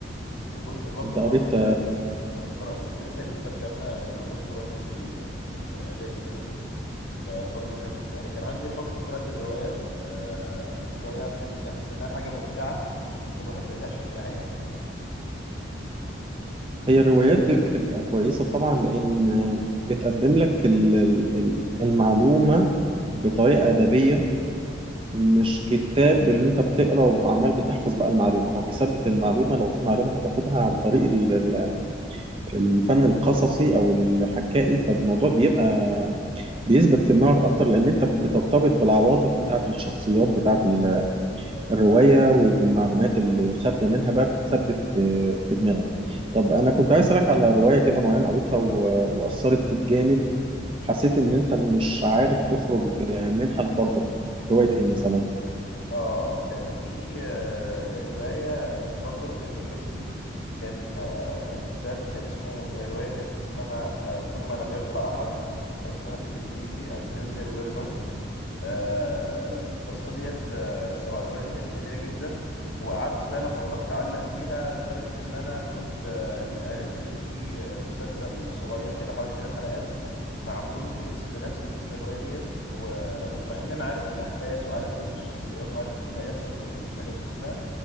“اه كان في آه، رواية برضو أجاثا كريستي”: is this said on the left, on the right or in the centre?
Left